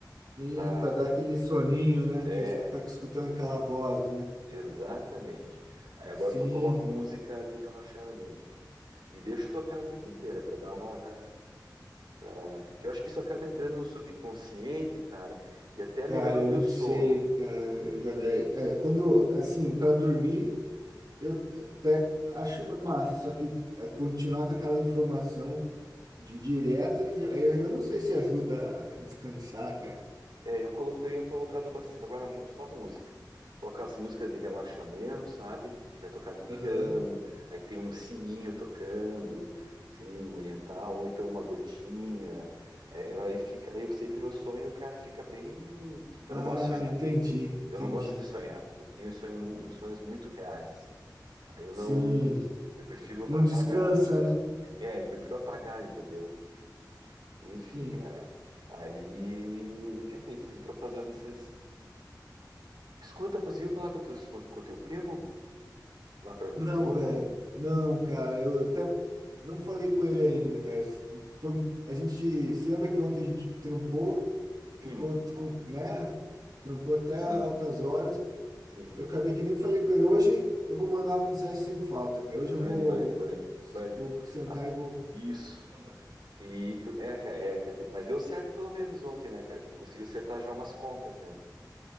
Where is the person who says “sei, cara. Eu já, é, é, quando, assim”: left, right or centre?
Right